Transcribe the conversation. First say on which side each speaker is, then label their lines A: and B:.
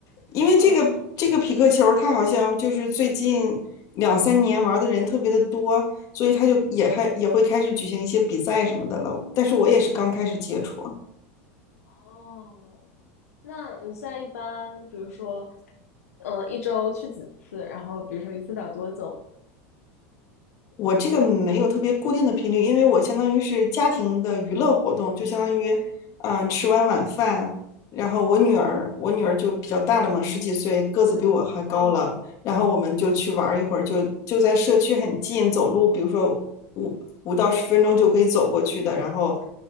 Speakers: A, on the left (about 50°); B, on the left (about 85°).
A: 因为这个这个匹克球，
B: 嗯，
A: 它好像就是最近两三年玩的人特别的多，所以它就也还也会开始举行一些比赛什么的了。但是我也是刚开始接触。
B: 哦，那你现在一般，比如说，嗯、一周去几次？然后比如说一次打多久？
A: 我这个没有特别固定的频率，因为我相当于是家庭的娱乐活动，就相当于，嗯、吃完晚饭，然后我女儿，我女儿就比较大了嘛，十几岁，个子比我还高了，
B: 嗯，哦，
A: 然后我们就去玩儿一会儿，就就在社区很近，走路，比如说五五到十分钟就可以走过去的，然后